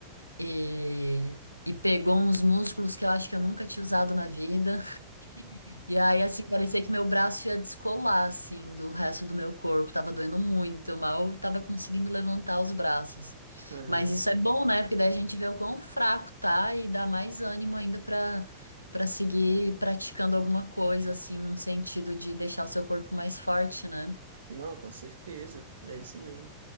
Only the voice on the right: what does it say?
Ah,
não, com certeza. É isso mesmo.